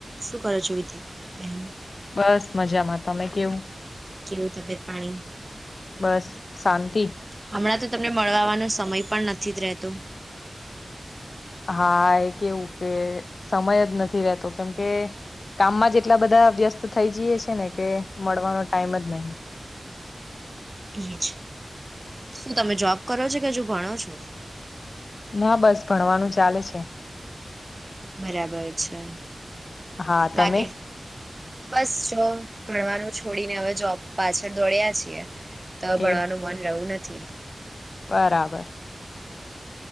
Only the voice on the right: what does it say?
શું કરો છો વિીતી બન
કેવું તબિયત પાણી
હમણાં તો તમને મળવાવાનો સમય પણ નથી જ રહેતો
એ જ શું તમે જોબ કરો છો કે હજુ ભણો છો
બરાબર છે
લાગે
બસ જો ભણવાનું છોડીને હવે જોબ પાછળ દોડ્યા છીએ ત ભણવાનું
મન રહવું નથી